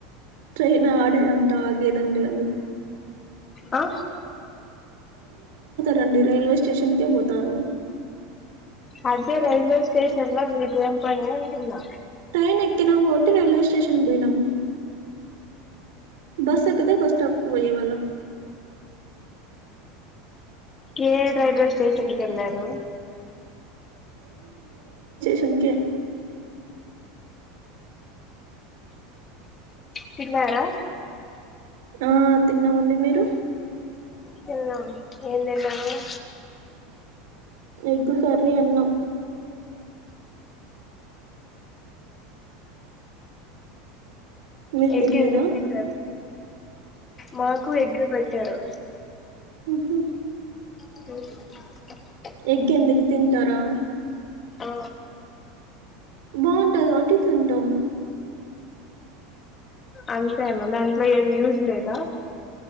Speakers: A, on the right; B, on the left.
A: ట్రైన్ ఆడే అంటా ఆగేదండి అందుకు
B: ఆ
A: రండి రైల్వే స్టేషన్కే పోతారు
B: అదే రైల్వే స్టేషన్లా మీకేం పని అంటున్నా
A: ట్రైన్ ఎక్కినం కాబట్టి రైల్వే స్టేషన్కి పోయినాం బస్సు ఎక్కితే బస్ స్టాప్కు పోయేవాళ్ళం
B: ఏ రైల్వే స్టేషన్కి వెళ్లారు
A: షన్కే
B: తిన్నారా
A: ఆ తిన్నమండి మీరు
B: తిన్నాం ఏం తిన్నరు
A: ఎగ్ కర్రీ అన్నం మీరు
B: ఎగ్గు
A: తినలేదా
B: ఎందుకు తింటరు మాకు ఎగ్గు పెట్టారు
A: ఊహు
B: అ
A: ఎగ్ ఎందుకు తింటరా
B: ఆ
A: బాగుంటది కాబట్టి తింటము
B: అంతేన దాంట్లో ఏం యూజ్ లేదా